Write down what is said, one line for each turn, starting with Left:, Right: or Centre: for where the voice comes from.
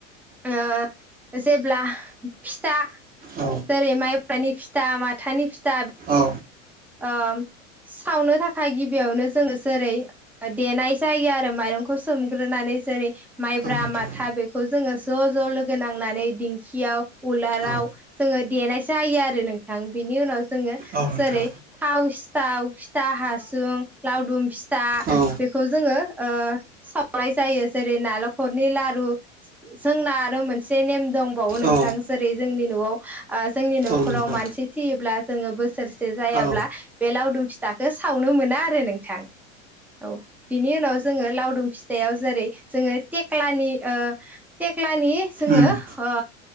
Centre: ओ जेब्ला फिथा
Right: औ
Centre: जेरै माइब्रानि फिथा माथानि फिथा।
Right: औ
Centre: ओ सावनो थाखाय गिबियावनो जोङो जेरै देनाय जायो आरो माइरंखौ सोमग्रोनानै जेरै माइब्रा
Right: औ नोंथां
Centre: माथा बेखौ जोङो ज' ज' लोगो नांनानै दिंखियाव उलाराव
Right: औ
Centre: जोङो देनाय जायो आरो नोंथां बिनि उनाव जोङो
Right: औ नोंथां
Centre: जेरै थाव सिथाव, फिथा हा सुं लावदुम फिथा
Right: औ
Centre: बेखौ जोङो ओ सावनाय जायो जेरै नालेखरनि लारु जोंना आरो मोनसे नेम दंबावो नोंथां
Right: औ
Centre: जेरै जोंनि न'आव आ जोंनि न'
Right: औ
Centre: खराव
Right: नोंथां
Centre: मानसि थैयोब्ला जोङो बोसोरसे जायाब्ला
Right: औ
Centre: बे लावदु फिथाखौ सावनो मो ना आरो नोंथां औ बिनि उनाव जोङो लावदुम फिथायाव जेरै जोङो थेख्लानि ओ थेख्लानि जोंङो
Right: उम
Centre: ओ